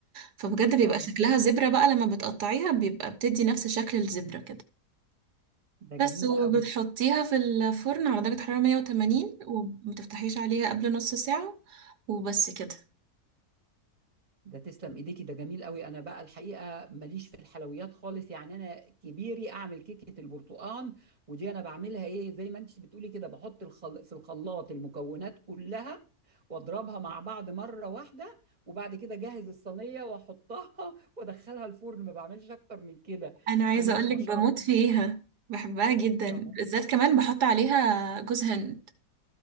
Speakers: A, on the right; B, on the right.
A: فبجد بيبقى
B: اه
A: شكلها زبرة بقى لما بتقطعيها بيبقى بتدي نفس شكل الزبرة كده
B: ده
A: بس
B: جميلة
A: وبتحطيها
B: قوي
A: في الفرن على درجة حرارة 180 ومتفتحيش عليها قبل نص ساعة وبس كده
B: ده تسلم ايديكي ده جميل قوي انا بقى الحقيقه ماليش في الحلويات خالص يعني انا كبيري اعمل كيكه البرتقال ودي انا بعملها ايه زي ما انت بتقولي كده بحط الخل... في الخلاط المكونات كلها واضربها مع بعض مره واحده وبعد كده اجهز الصينيه واحطها <laughs> وادخلها الفرن ما بعملش اكتر من كده
A: أنا عايزة
B: انما انت
A: أقولك
B: ما
A: بموت
B: شاء الله
A: فيها بحبها جدا
B: <laughs>
A: بالذات كمان بحط عليها جوز هند